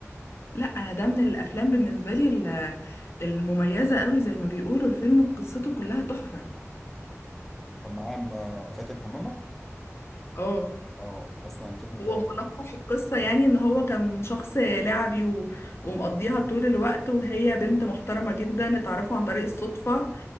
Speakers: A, on the left; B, in the centre.
A: لا انا ده من الافلام بالنسبة لي ال- المميزة قوي زي ما بيقولوا الفيلم قصته كلها تحفة
B: كان معاه م- فاتن حمامة
A: اه
B: اه اسمع الفيلم ده
A: هو ملخص القصة يعني ان هو كان شخص لعبي و... ومقضيها طول الوقت وهي بنت محترمة جدا اتعرفوا عن طريق الصدفة